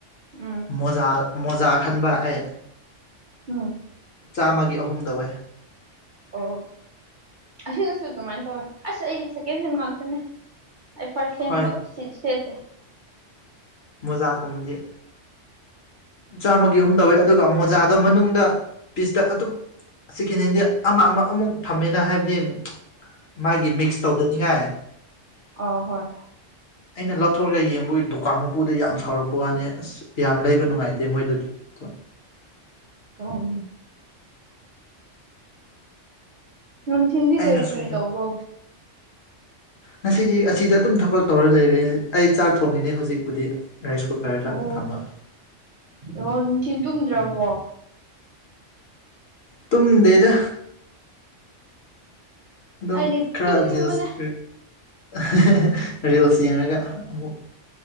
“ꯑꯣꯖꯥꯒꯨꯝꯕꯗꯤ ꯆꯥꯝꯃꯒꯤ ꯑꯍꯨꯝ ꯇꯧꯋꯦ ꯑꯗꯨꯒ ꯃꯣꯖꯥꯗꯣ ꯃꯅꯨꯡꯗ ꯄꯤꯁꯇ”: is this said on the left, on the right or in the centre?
Left